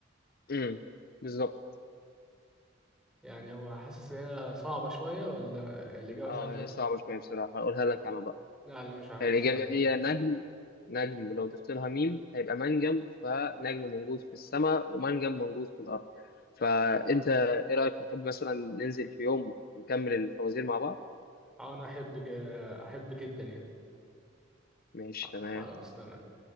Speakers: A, on the left; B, in the centre.
A: امم بالظبط
B: يعني هو حاسس إن هي صعبة شوية ولا الإجابة
A: اه
B: سهلة؟
A: صعبة شوية بصراحة هقولها لك انا بقى
B: لا أنا مش عارف
A: الإجابة
B: الصراحة
A: هي نجم نجم لو ضفت لها ميم هيبقى منجم فنجم موجود في السماء ومنجم موجود في الأرض فأنت إيه رأيك نحب مثلا ننزل في يوم نكمل الفوازير مع بعض؟
B: أه أنا أحب ج... أحب جدا يعني
A: ماشي
B: آه،
A: تمام
B: خلاص تمام